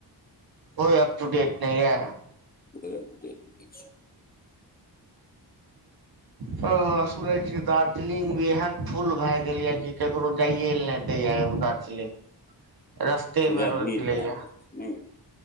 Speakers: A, on the right; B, on the left.
A: कोइ अप टूडेट नहि ह।
B: कोई अपडेट नहि छै।
A: ह सुनै छी दार्जलिंग भी एहन फूल भए गेल य। की केकरो जाइए ले ने दे य उधर लींग रस्ते
B: पूरा
A: मे रोइक
B: भीड़
A: लैया।
B: भए गेल छै ने